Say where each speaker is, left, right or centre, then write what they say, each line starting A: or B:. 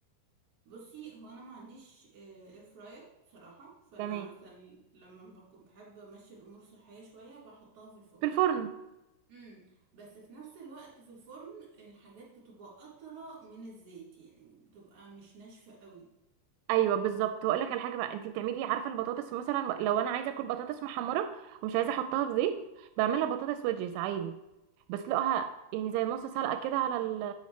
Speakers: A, on the right (about 35°); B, on the right (about 85°).
A: بصي هو انا ما عنديش اير فراير بصراحة فانا
B: تمام
A: مثلا لما بكون- بحب امشي الامور صحية شوية بحطها في الفرن
B: في الفرن
A: امم بس في نفس الوقت في الفرن الحاجات بتبقى قطرة من الزيت يعني بتبقى مش ناشفة قوي
B: ايوه بالظبط واقول لك على حاجه بقى انت بتعملي عارفه البطاطس مثلا لو انا عايزه اكل بطاطس محمره ومش عايزه احطها في زيت بعملها بطاطس ويدجز عادي بسلقها يعني زي نص سلقه كده على ال